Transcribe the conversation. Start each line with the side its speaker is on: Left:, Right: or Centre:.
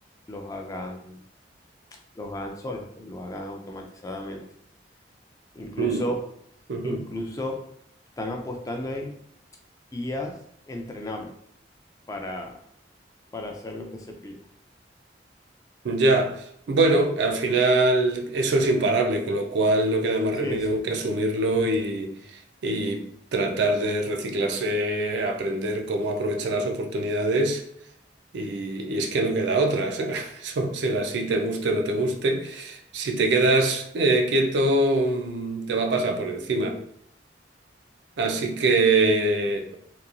Left: los hagan, los hagan solas, pues, los hagan automatizadamente. Incluso,
Right: mm, ujú.
Left: incluso están apostando en IAs entrenables para, para hacer lo que se pida.
Right: Ya, bueno, al final eso es imparable, con lo cual no queda más
Left: Sí,
Right: remedio
Left: sí.
Right: que asumirlo y, y tratar de reciclarse, aprender cómo aprovechar las oportunidades Y, y es que no queda otra. <laughs> o sea, Eso será así, te guste o no te guste. Si te quedas eh, quieto, mm, te va a pasar por encima. Así que,